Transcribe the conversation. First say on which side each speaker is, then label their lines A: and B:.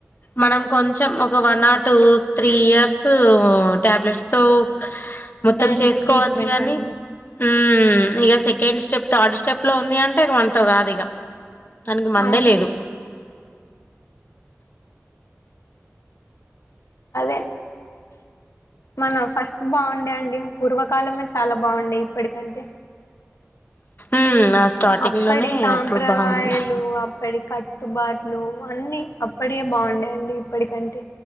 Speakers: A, on the left (about 40°); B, on the left (about 75°).
A: మనం కొంచెం ఒక one or two three years tablets తో మొత్తం
B: దానికి
A: చేసుకోవచ్చు
B: ట్రీట్మెంట్
A: గానీ
B: అండి
A: హమ్ ఇక సెకండ్ స్టెప్ థర్డ్ స్టెప్ లో ఉంది అంటే రాదు ఇగ దానికి మందే
B: అవును
A: లేదు.
B: అదే మనం ఫస్ట్ బాగుండే అండి పూర్వకాలమే చాలా బాగుండే ఇప్పటికంటే
A: ఉమ్ ఆ స్టార్టింగ్
B: అప్పటి
A: లోనే
B: సాంప్రదాయలు
A: అప్పుడు బాగుండే
B: అప కట్టుబాట్లు అన్ని అప్పడే బాగుండేయండి ఇప్పటికంటే